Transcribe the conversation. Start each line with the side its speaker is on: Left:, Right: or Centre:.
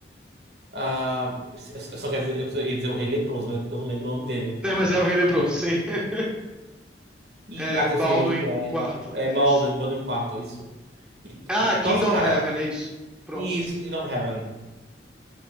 Right: ah, eu eu só quero dizer, eu só ia dizer o Rei Leproso, mas é porque eu não lembro o nome dele.
Centre: É, mas é o Rei Leproso, sim. <laughs>
Right: E
Centre: É
Right: aquele
Centre: Baldwin
Right: filme é muito bom.
Centre: quarto
Right: É
Centre: é
Right: Baldwin,
Centre: isso.
Right: Baldwin Quarto, isso. E, tipo,
Centre: Ah, Kingdom
Right: nossa, cara,
Centre: of Heaven, é isso. Pronto.
Right: isso, Kingdom Heaven.